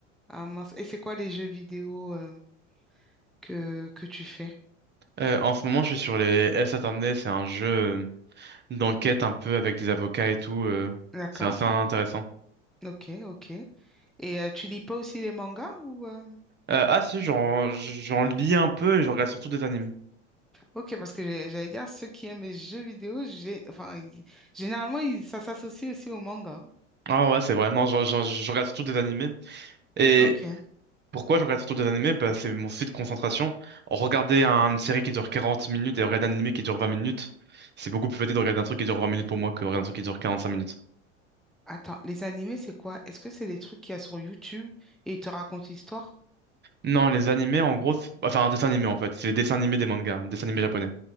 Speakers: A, in the centre; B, on the right.
A: Ah mince. Et c'est quoi les jeux vidéo euh, que, que tu fais?
B: Euh, en ce moment, je suis sur les S. Attorney, c'est un jeu euh, d'enquête un peu avec des avocats et tout. euh,
A: D'accord.
B: c'est assez intéressant.
A: Ok, ok. Et euh, tu lis pas aussi les mangas ou euh,
B: Euh, ah si, j'en j'en lis un peu et je regarde surtout des animes.
A: Ok, parce que j'ai- j'allais dire ceux qui aiment les jeux vidéo, j'ai enfin ils- généralement ils- ça s'associe aussi aux mangas.
B: Ah ouais, c'est vrai. Non, j'en j'en- je regarde surtout des animés. Et
A: Ok.
B: Pourquoi je regarde surtout des animés? Bah, c'est mon site de concentration. Regarder un- une série qui dure 40 minutes et regarder un animé qui dure 20 minutes, c'est beaucoup plus facile de regarder un truc qui dure 20 minutes pour moi que regarder un truc qui dure 45 minutes.
A: Attends, les animés c'est quoi? Est-ce que c'est des trucs qu'il y a sur YouTube et ils te racontent l'histoire?
B: Non, les animés, en gros, c'est- enfin un dessin animé en fait, c'est les dessins animés des mangas, un dessin animé japonais.